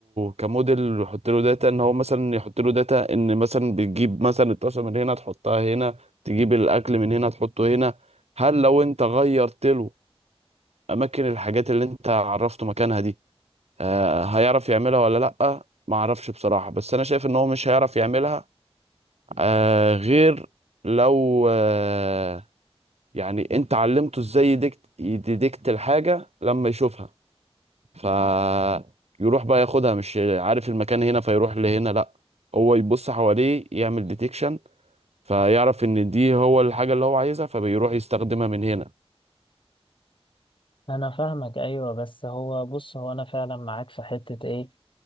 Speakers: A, on the right; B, on the left.
A: كموديل ويحط له داتا ان هو مثلا يحط له داتا ان مثلا بتجيب مثلا الطاسه من هنا تحطها هنا تجيب الاكل من هنا تحطه هنا هل لو انت غيرت له اماكن الحاجات اللي انت عرفته مكانها دي آه هيعرف يعملها ولا لا ما اعرفش بصراحه بس انا شايف ان هو مش هيعرف يعملها آه غير لو آه يعني انت علمته ازاي يديكت يديكت الحاجه لما يشوفها فيروح بقى ياخدها مش عارف المكان هنا فيروح لهنا لا هو يبص حواليه يعمل ديتكشن فيعرف ان دي هو الحاجة اللي هو عايزها فبيروح يستخدمها من هنا
B: انا فاهمك ايوه بس هو بص هو انا فعلا معاك في حتة ايه